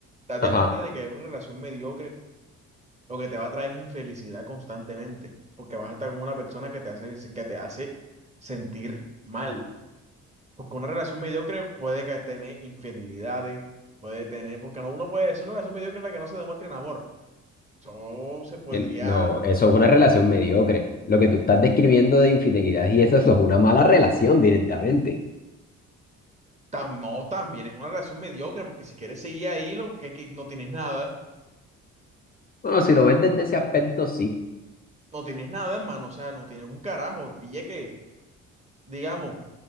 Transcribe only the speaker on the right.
date
cuenta de que una relación mediocre lo que te va a traer es infelicidad constantemente, porque vas a estar con una persona que te hace, que te hace sentir mal. Porque una relación mediocre puede que tener infidelidades, puede tener, porque no, uno puede decir una relación mediocre en la que no se demuestra en amor. Eso se podría,
tam- no, también es una relación mediocre, porque si quieres seguir ahí, lo que, que no tienes nada,
no tienes nada, hermano, o sea, no tienes un carajo, pille que, digamos.